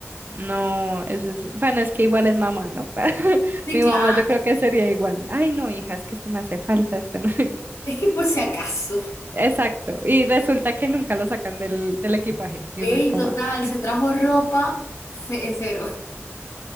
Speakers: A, on the right; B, on the left.
A: No, eso es, bueno, es que igual es mamá, ¿no? <laughs>
B: Sí,
A: Mi
B: claro.
A: mamá yo creo que sería igual. Ay, no, hija, es que esto me hace falta, esto no. <laughs>
B: Es que por si acaso.
A: Exacto. Y resulta que nunca lo sacan del, del equipaje. Y
B: Ey,
A: uno es como,
B: total,
A: ah,
B: se trajo ropa ce- en cero.